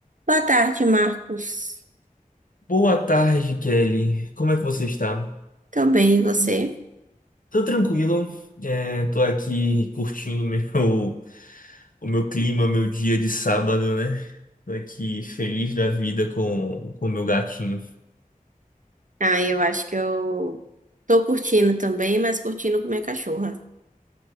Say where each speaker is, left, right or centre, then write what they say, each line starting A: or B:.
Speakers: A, on the right; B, on the left.
A: Boa tarde, Marcos.
B: Boa tarde, Kelly. Como é que você está?
A: Tô bem, e você?
B: Tô tranquilo. É, tô aqui curtindo <laughs> meu, o meu clima, meu dia de sábado, né? Tô aqui feliz da vida com com o meu gatinho.
A: Ah, eu acho que eu tô curtindo também, mas curtindo com minha cachorra.